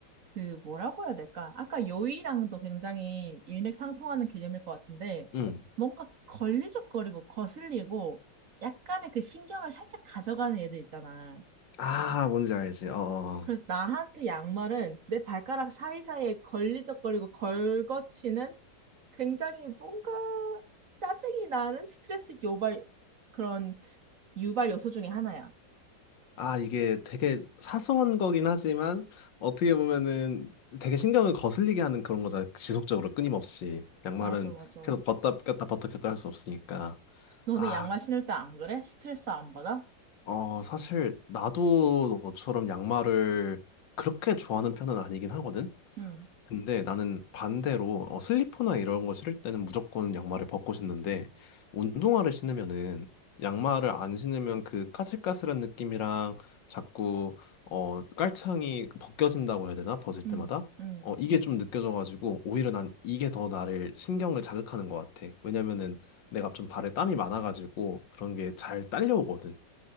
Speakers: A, on the right; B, on the left.
A: 그 뭐라고 해야 될까? 아까 요의랑도 굉장히 일맥상통하는 개념일 것 같은데
B: 음.
A: 뭔가 걸리적거리고 거슬리고 약간의 그 신경을 살짝 가져가는 애들 있잖아.
B: 아 뭔지 알지. 어. 어.
A: 그래서 나한테 양말은 내 발가락 사이사이에 걸리적거리고 걸거치는 굉장히 뭔가 짜증이 나는 스트레스 유발 그런 유발 요소 중에 하나야.
B: 아 이게 되게 사소한 거긴 하지만 어떻게 보면은 되게 신경을 거슬리게 하는 그런 거잖아. 지속적으로 끊임없이 양말은
A: 맞아, 맞아.
B: 계속 벗다 꼈다 벗다 꼈다 할 수 없으니까.
A: 너는
B: 아
A: 양말 신을 때 안 그래? 스트레스 안 받아?
B: 어 사실 나도 너처럼 양말을 그렇게 좋아하는 편은 아니긴 하거든.
A: 응,
B: 근데 나는 반대로 어, 슬리퍼나 이런 거 신을 때는 무조건 양말을 벗고 신는데 운동화를 신으면은 양말을 안 신으면 그 까슬까슬한 느낌이랑 자꾸 어 깔창이 벗겨진다고 해야 되나? 벗을 때마다
A: 응, 응.
B: 어 이게 좀 느껴져가지고 오히려 난 이게 더 나를 신경을 자극하는 것 같아. 왜냐면은 내가 좀 발에 땀이 많아가지고 그런 게 잘 딸려오거든.